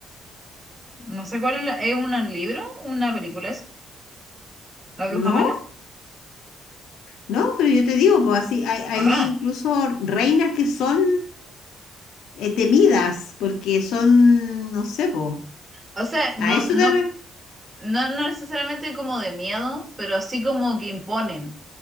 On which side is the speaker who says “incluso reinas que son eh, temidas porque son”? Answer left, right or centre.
Left